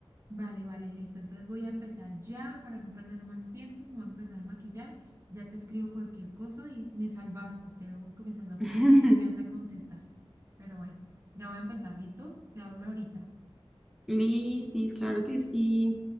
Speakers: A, on the right; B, in the centre.
A: Vale, vale, listo. Entonces voy a empezar ya para no perder más tiempo, me voy a empezar a maquillar, ya te escribo cualquier cosa y me salvaste, te lo juro que me salvaste,
B: <laughs>
A: pensé que no me ibas a contestar, pero bueno, ya voy a empezar, ¿listo? Te hablo ahorita.
B: Listis, claro que sí.